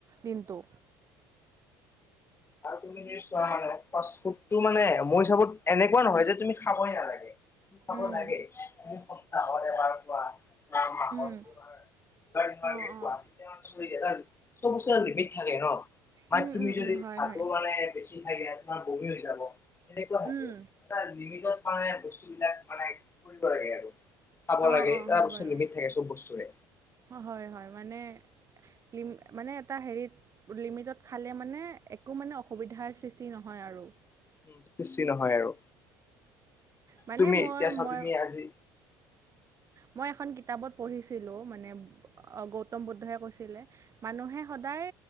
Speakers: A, on the right (about 35°); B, on the left (about 25°).
A: দিনটো।
B: আৰু তুমি ফাৰ্ষ্ট ফুড মানে মোৰ হিচাপত এনেকুৱা নহয় যে তুমি খাবই নালাগে। খাব
A: উম
B: লাগে দুসপ্তাহ এবাৰ খোৱা। মাহত
A: উম,
B: তোমাৰ
A: অ',
B: খোৱা
A: অ',
B: চব বস্তু এটা লিমিট থাকে ন, মানে
A: উম,
B: তুমি
A: উম,
B: যদি
A: উম, হয়,
B: ভাতো
A: হয়,
B: মানে বেছি থাই দিলে তোমাৰ বমি হৈ যাব সেনেকুৱা থাকে
A: উম,
B: এটা লিমিটত মানে বস্তুবিলাক মানে কৰিব লাগে আৰু খাব
A: অ',
B: লাগে
A: অ',
B: এটা
A: হয়
B: বস্তু
A: বাৰু,
B: লিমিট থাকে চব বস্তুৰে।
A: হয় হয় মানে লি মানে এটা হেৰিত লিমিটত খালে মানে একো মানে অসুবিধাৰ সৃষ্টি নহয় আৰু।
B: উম বেছি নহয় আৰু।
A: মানে
B: তুমি এতিয়া
A: মই
B: চোৱা
A: মই
B: তুমি আজি
A: মই এখন কিতাপত পঢ়িছিলোঁ মানে গৌতম বুদ্ধই কৈছিলে। মানুহে সদায়